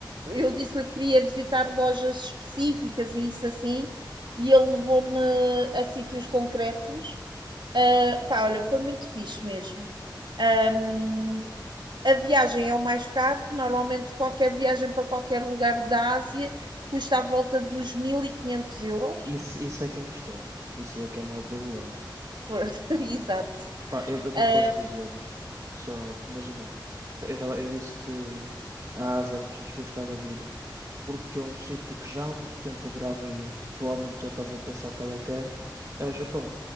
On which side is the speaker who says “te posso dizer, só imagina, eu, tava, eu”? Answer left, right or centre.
Right